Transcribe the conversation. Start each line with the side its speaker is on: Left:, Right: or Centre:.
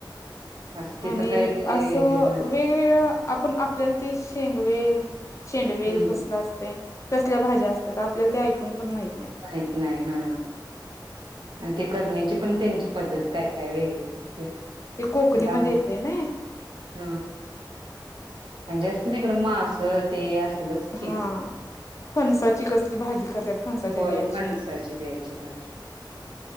Right: असं तिथं
Left: आणि
Right: काय म्हणजे
Left: असं
Right: हे ना
Left: वेगवेगळ आपण आपल्याला ते शेंगवेल शेंडवेल
Right: हम्म
Left: कसल असतय तसल्या भाज्या असत्यात आपल्याला ते ऐकून पण माहिती
Right: माहीत नाही हा आणि ते करण्याची पण त्यांची पद्धत काय काय वेगळ दिसत्या
Left: ते कोकणीमध्ये
Right: आता आम
Left: येते ना
Right: ह आणि जास्त तिकड मास ते अस <unintelligible>
Left: हा फणसाची कसली भाजी करत्यात, फणसाच्या
Right: होय
Left: ब्याची.
Right: फणसाची द्यायची भाजी